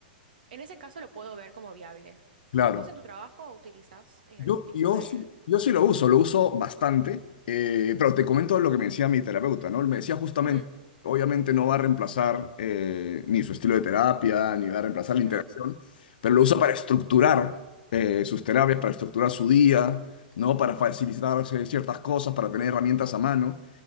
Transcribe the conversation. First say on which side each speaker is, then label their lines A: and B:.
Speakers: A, on the right; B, on the left.
A: En ese caso lo puedo ver como viable.
B: claro.
A: ¿Vos en tu trabajo utilizás eh,
B: Yo,
A: algún tipo
B: yo,
A: de...
B: sí, yo sí lo uso, lo uso bastante, eh, pero te comento lo que me decía mi terapeuta, ¿no? Él me decía justamente,
A: Mm,
B: obviamente no va a reemplazar eh, ni su estilo de terapia, ni va a reemplazar la interacción,
A: mm.
B: pero lo usa para estructurar eh, sus terapias, para estructurar su día, ¿no? Para facilitarse ciertas cosas, para tener herramientas a mano.